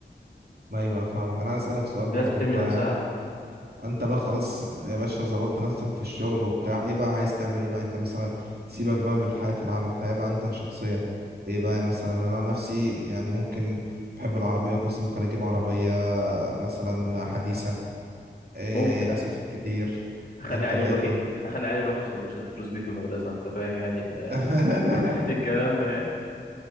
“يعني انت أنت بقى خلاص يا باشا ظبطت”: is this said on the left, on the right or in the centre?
Right